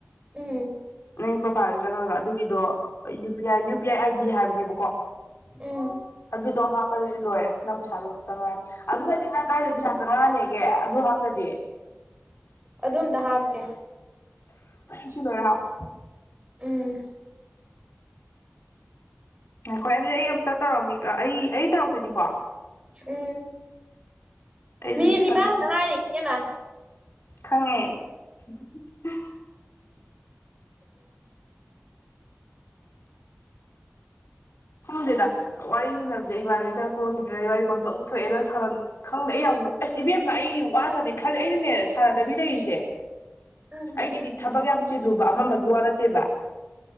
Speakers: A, on the right (about 25°); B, on the left (about 70°).
A: ꯎꯝ
B: ꯅ ꯄꯄꯥꯥꯒ ꯆꯪꯉꯒꯥꯒ ꯑꯗꯨ ꯣ U P I P I I D ꯍꯥꯏꯕꯅꯦꯕꯀꯣ
A: ꯎꯝ
B: ꯑꯗꯨꯇꯣ ꯍꯥꯞꯄꯅꯤ ꯂꯣꯏꯔꯦ ꯅꯪ ꯄꯩꯁꯥꯗꯨꯝ ꯆꯪꯉꯛꯅꯤꯦ ꯑꯗꯨꯗꯗꯤ ꯅꯪ ꯀꯥꯏꯗ ꯄꯩꯁꯥ ꯆꯪꯉꯛꯑꯅꯤꯒꯦ ꯑꯗꯨ ꯍꯥꯞꯇ꯭ꯔꯗꯤ
A: ꯑꯗꯨ ꯑꯝꯇ ꯍꯥꯞꯀꯦ
B: ꯁꯤ ꯂꯣꯢꯔ ꯍꯥꯞꯄꯣ꯫
A: ꯎꯝ꯫
B: ꯉꯥꯢꯈꯣ ꯑꯩ ꯑꯝꯇ ꯇꯧꯔꯝꯒꯤ ꯑ ꯑꯩ ꯑꯩ ꯇꯧꯔꯛꯇꯣꯏꯅꯤꯀꯣ?
A: ꯎꯝ, ꯃꯤꯅꯤꯠ
B: ꯍꯧꯖꯤꯛ
A: ꯅꯤꯄꯥꯟꯈꯇ
B: ꯏꯁꯥꯗ
A: ꯉꯥꯢꯔꯦ ꯢꯕꯦꯝꯃ꯫
B: ꯈꯪꯉꯦ꯫ <inaudible> ꯁꯨꯝꯗꯦꯗ ꯋꯥꯔꯤ ꯁꯝꯅꯕꯖꯦ ꯏꯃꯥꯟꯅꯕꯤ ꯈꯔ ꯀ꯭ꯂꯣꯁ ꯑꯣꯢꯔꯗꯤ ꯋꯥꯔꯤ ꯄꯪꯇꯣꯛ ꯊꯣꯛꯑꯦꯅ ꯁꯥꯟ ꯈꯪꯗꯦ ꯑꯩ ꯌꯥꯝ ꯑꯁ ꯏꯕꯦꯝꯕ ꯑꯩ ꯋꯥꯖꯥꯅꯤ ꯈꯜꯂꯦ ꯑꯩꯅꯅꯦ ꯁꯥꯟꯅꯗꯕꯤ ꯂꯩꯔꯤꯖꯦ
A: ꯎꯝ
B: ꯑꯩꯒꯤꯗꯤ ꯊꯕꯛ ꯌꯥꯝ ꯆꯤꯜꯂꯨꯕ ꯑꯃ ꯑꯃꯒꯤ ꯋꯥ ꯅꯠꯇꯦꯕ